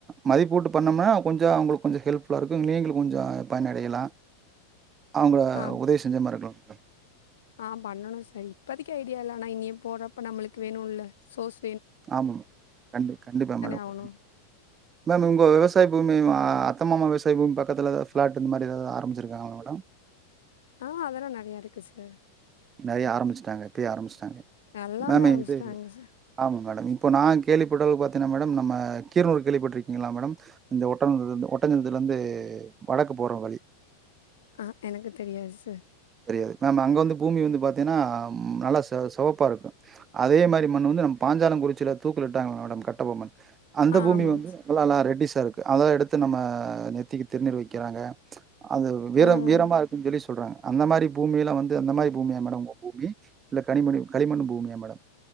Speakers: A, on the right (about 25°); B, on the left (about 60°).
A: மதிப்பூட்டு பண்ணம்னா கொஞ்ச அவுங்களுக்கு கொஞ்ச ஹெல்ப்ஃபுல்லா இருக்கூ நீங்ளு கொஞ்ச பயனடையலா அவங்கள
B: ஆம்
A: உதவி செஞ்ச மாரி இருக்கலா மேடம்
B: ஆம் பண்ணணு சார் இப்பதக்கி ஐ டியாலா நா இனியே போறப்ப நம்மளுக்கு வேணுல்ல சோஸ்
A: ஆமா மேம் கண்டி கண்டிப்பா மேடம்
B: ஆகணு
A: மேம் உங்க விவசாய பூமி வா அத்த மாமா விசாய பூமி பக்கத்துல எதா ஃபிளாட் இந்த மாதிரிதாவ்து ஆரம்பிச்சிருக்காங்களா மேடம்
B: ஆ அதெல்லா நறையா இருக்கு சார்
A: நறையா ஆரம்பிச்சுட்டாங்க இப்பயே ஆரம்பிச்சிட்டாங்க
B: எல்லாமே
A: மேம்
B: ஆரம்பிச்சுட்டாங்க
A: இது
B: சார்
A: ஆமா மேடம் இப்போ நா கேள்விப்பட்டளவு பாத்தீன்னா மேடம் நம்ம கீரனூர் கேள்விப்பட்ருக்கீங்களா மேடம் இந்த ஓட்டம் இந்த ஒட்டஞ்சத்தரத்துல வந்து வடக்கு போறோ வழி
B: ஆ எனக்கு தெரியாது சார்
A: து மேம் அங்க வந்து பூமி வந்து பாத்தீங்கன்னா நல்லா ச சவப்பா இருக்கும் அதே மாதிரி மண்ணு வந்து நம்ம பாஞ்சா சாலங்குறிச்சில தூக்கிலிட்டாங்கல்ல மேடம் கட்டபொம்மன் அந்த
B: ஆ
A: பூமி
B: ஆமாங்க
A: வந்து
B: சார்
A: நல்லாலா ரெட்டிஸ்ஸா இருக்கூ அத எடுத்து நம்ம நெத்திக்கு திருநீர் வைக்கிறாங்க அது வீரம்
B: ம்
A: வீரமா இருக்குன் ஜொல்லி சொல்ற அந்த மாரி பூமியிலா வந்து அந்த மாரி பூமியா மேடோ பூமி இல்ல கனிமணி களிமண் பூமியா மேடம்